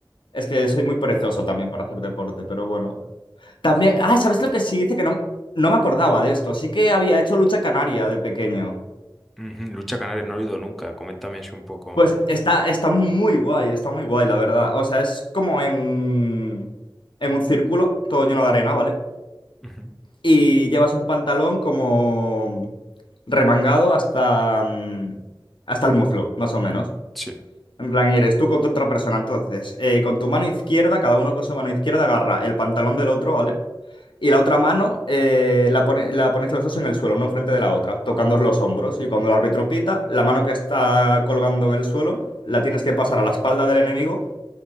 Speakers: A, on the left (about 75°); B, in the centre.
A: es que soy muy perezoso también para hacer deporte, pero bueno. También, ah, ¿sabes lo que sí? Dice que no, no me acordaba de esto. Sí que había hecho lucha canaria de pequeño.
B: ujú, lucha canaria no lo he oído nunca. Coméntame así un poco.
A: Pues está, está muy guay, está muy guay, la verdad. O sea, es como en, en un círculo, todo lleno de arena, ¿vale?
B: Ujú,
A: Y llevas un pantalón como remangado hasta, mm, hasta el muslo, más o menos.
B: Sí,
A: En plan, y eres tú contra otra persona. Entonces, eh, con tu mano izquierda, cada uno con su mano izquierda agarra el pantalón del otro, ¿vale? Y la otra mano eh, la, pone- la ponéis los dos en el suelo, una enfrente de la otra, tocándoos los hombros. Y cuando el árbitro pita, la mano que está colgando en el suelo la tienes que pasar a la espalda del enemigo